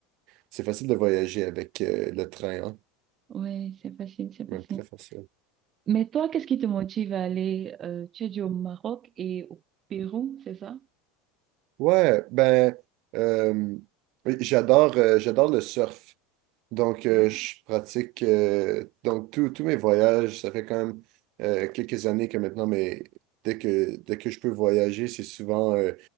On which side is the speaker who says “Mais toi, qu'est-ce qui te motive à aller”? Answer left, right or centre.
Right